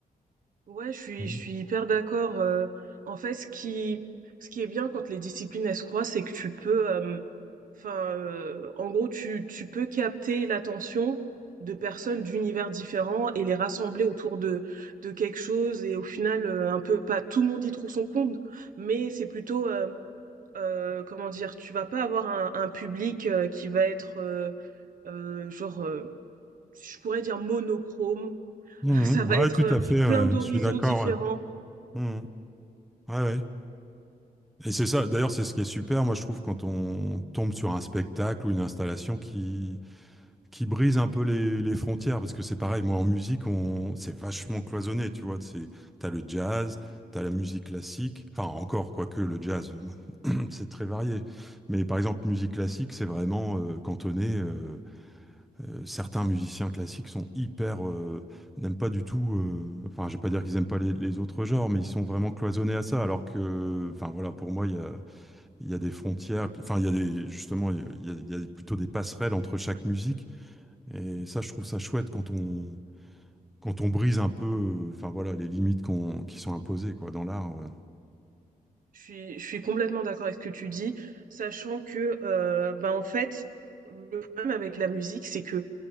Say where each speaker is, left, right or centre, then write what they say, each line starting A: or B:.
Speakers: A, on the right (about 65°); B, in the centre.
A: Ouais, je suis,
B: Mhm.
A: je suis hyper d'accord. euh, en fait, ce qui, ce qui est bien quand les disciplines elles se croisent, c'est que tu peux, euh, enfin, euh, en gros, tu, tu peux capter l'attention de personnes d'univers différents et les rassembler autour de, de quelque chose. Et au final, euh, un peu, pas tout le monde y trouve son compte, mais c'est plutôt, euh, euh, comment dire, tu vas pas avoir un, un public euh, qui va être, euh, euh, genre, euh, je pourrais dire monochrome.
B: Mhm.
A: <laughs> Ça va
B: Ouais,
A: être
B: tout
A: euh,
B: à fait. ouais.
A: plein d'horizons
B: Je suis d'accord.
A: différents.
B: ouais. Mhm. Ouais, ouais. Et c'est ça. D'ailleurs, c'est ce qui est super. Moi, je trouve quand on tombe sur un spectacle ou une installation qui qui brise un peu les, les frontières parce que c'est pareil moi en musique on c'est vachement cloisonné tu vois c'est t'as le jazz t'as la musique classique enfin encore quoique le jazz <clears throat> c'est très varié mais par exemple musique classique c'est vraiment euh, cantonné euh, euh, certains musiciens classiques sont hyper euh, n'aiment pas du tout euh, enfin je vais pas dire qu'ils aiment pas les, les autres genres mais ils sont vraiment cloisonnés à ça alors que enfin voilà pour moi il y a il y a des frontières puis- enfin il y a des justement il y a, il y a- il y a plutôt des passerelles entre chaque musique et ça, je trouve ça chouette quand on, quand on brise un peu, euh, enfin voilà, les limites qu'on- qui sont imposées quoi, dans l'art. euh.
A: Je suis, je suis complètement d'accord avec ce que tu dis, sachant que, euh, bah, en fait, le problème avec la musique, c'est que